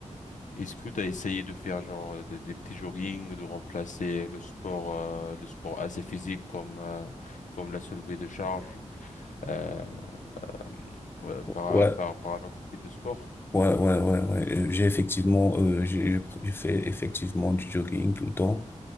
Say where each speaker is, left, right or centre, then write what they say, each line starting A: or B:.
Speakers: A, on the left; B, on the left.
A: Est-ce que tu as essayé de faire genre euh, des, des petits joggings, de remplacer le sport, euh, le sport assez physique comme euh, comme la soulevée de charge euh, euh, euh, par
B: Ouais,
A: par par un autre type de sport?
B: ouais, ouais, ouais, ouais. Euh, J'ai effectivement, euh, j'ai, j'ai pr- j'ai fait effectivement du jogging tout le temps.